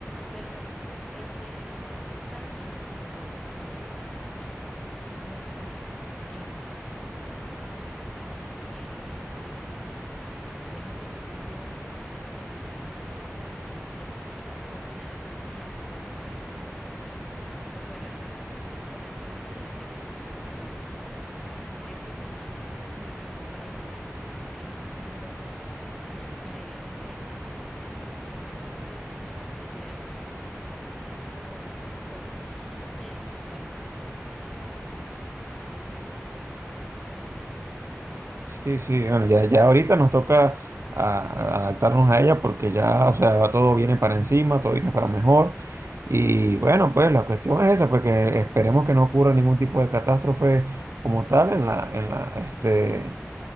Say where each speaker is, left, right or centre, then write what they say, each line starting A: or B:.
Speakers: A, in the centre; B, on the right.
A: Pero bueno, este no está de más, porque no te digo que no sea malo, porque como te comento en, anteriormente, es de gran ayuda. Créeme que si yo pudiera tener un robot que me ayudara a lavar, a limpiar, a cocinar <laughs> y hasta llevar a los muchachos al colegio, fuera feliz, porque entonces me dedicaría a las cosas que más me gustan. Creo que también nos iríamos por ahí en- cuando tenemos este tipo de preguntas nos diríamos que, bueno, hiciéramos las cosas que más nos gustan, tuviéramos tiempo de sobra para nuestros hobbies, esas cosas. Pero, bueno, tecnología, creo que nos vamos a tener que adaptar a ella.
B: Sí, sí, bueno, ya, ya ahorita nos toca a- adaptarnos a ella porque ya, o sea, va- todo viene para encima, todo viene para mejor. Y bueno, pues la cuestión es esa, pues que esperemos que no ocurra ningún tipo de catástrofe como tal en la, en la, este,